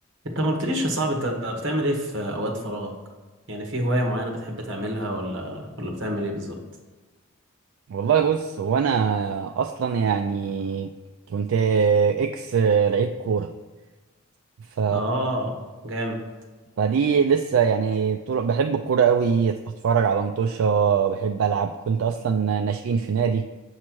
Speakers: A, on the right; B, on the right.
A: انت ما قلتليش يا صاحبي انت بتعمل ايه في اوقات فراغك يعني في هواية معينة بتحب تعملها ولا ولا بتعمل ايه بالظبط
B: والله بص هو انا اصلا يعني كنت اكس لعيب كوره ف...
A: اه جامد
B: فدي لسه يعني طول بحب الكوره قوي اتفرج على مطوشه بحب العب كنت اصلا ناشئين في نادي